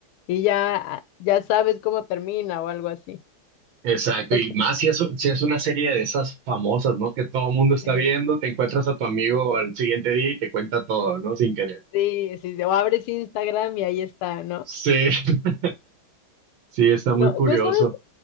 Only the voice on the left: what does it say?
y ya, ya sabes cómo termina o algo así.
Entonces,
sí.
Sí, sí, sí, o abres Instagram y ahí está, ¿no?
No,
yo sabes,